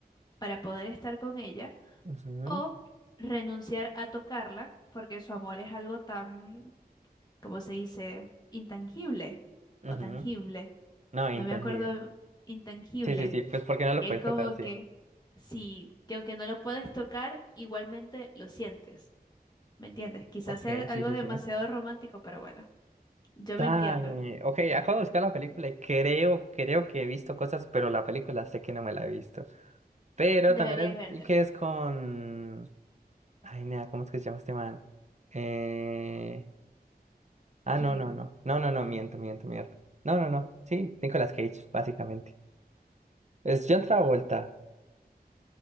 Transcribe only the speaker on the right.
Ujú,
ujú.
No, intangible.
Sí, sí, sí, pues porque no lo
puedes
tocar, sí.
Ok,
sí, sí,
sí.
Dale.
Ok, acabo de buscar la película y creo, creo que he visto cosas, pero la película sé que no me la he visto. Pero también
es-
el que es con... Ay, nada, ¿cómo es que se llama este man? Eh... Ah,
no, no, no. No, no, no, miento, miento, miento. No, no, no. Sí, Nicolas Cage, básicamente. Es John Travolta.